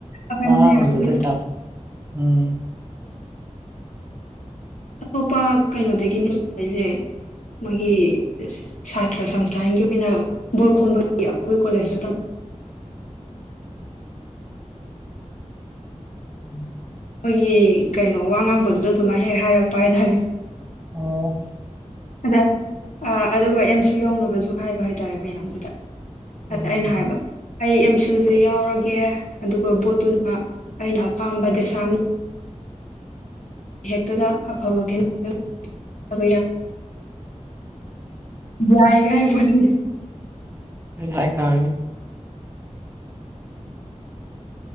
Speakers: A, on the left; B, on the right.
A: ꯑꯍꯟ
B: ꯋꯥ ꯉꯥꯡ
A: ꯃꯌꯥꯝꯗꯨꯗ
B: ꯉꯝꯖꯗꯕ ꯇꯥꯗꯔ‌ꯣ ꯎꯝ
A: ꯑꯇꯣꯞꯄ ꯀꯩꯅꯣꯗꯒꯤꯅꯦ ꯍꯥꯏꯁꯦ ꯃ‌ꯣꯏꯒꯤ ꯁꯥꯇ꯭ꯔ ꯁꯪꯁꯊꯥꯟꯒꯤ ꯑꯣꯏꯅ ꯕꯣꯏ ꯈꯣꯝꯕꯒꯤ ꯑꯩꯈꯣꯏ ꯀꯣꯂꯦꯖꯇ ꯇꯝ
B: <inaudible>
A: ꯑꯩꯈꯣꯏꯒꯤ ꯀꯩꯅꯣ ꯋꯥ ꯉꯥꯡꯕꯗꯨꯗ ꯑꯗꯨꯃ ꯍꯦꯛ ꯍꯥꯏꯔꯛꯄ ꯍꯥꯏꯇꯥꯔꯦ
B: ꯑꯣ
A: ꯑꯗ ꯑꯥ ꯑꯗꯨꯒ ꯑꯦꯝꯁꯨ ꯌꯧꯅꯕꯁꯨ ꯍꯥꯏꯕ ꯍꯥꯏꯇꯥꯔꯦ ꯃꯌꯥꯝꯁꯤꯗ
B: ꯎꯝ
A: ꯑꯗ ꯑꯩꯅ ꯍꯥꯏꯕ ꯑꯩ ꯑꯦꯝꯁꯨꯁꯦ ꯌꯥꯎꯔꯒꯦ ꯑꯗꯨꯒ ꯕꯣꯠꯇꯨꯅ ꯑꯩꯅ ꯑꯄꯥꯝꯕ ꯗꯦꯁꯥꯝ ꯍꯦꯛꯇꯗ ꯑꯐꯕ <unintelligible> ꯌꯥꯏ ꯍꯥꯏꯔꯤ ꯄ‌ꯣꯠꯅꯤ
B: ꯑꯗꯨꯗꯤ ꯍꯥꯏ ꯇꯕꯅꯤ